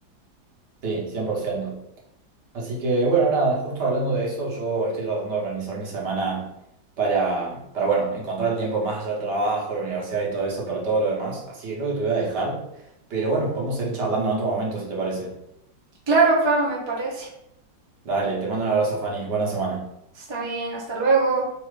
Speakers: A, on the right; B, on the right.
A: Sí, 100%. Así que bueno, nada, justo hablando de eso, yo estoy tratando de organizar mi semana para, para bueno, encontrar tiempo más allá del trabajo, la universidad y todo eso, para todo lo demás. Así que creo que te voy a dejar. Pero bueno, podemos seguir charlando en otro momento si te parece.
B: Claro, claro, me parece.
A: Dale, te mando un abrazo, Fanny. Buena semana.
B: Está bien, hasta luego.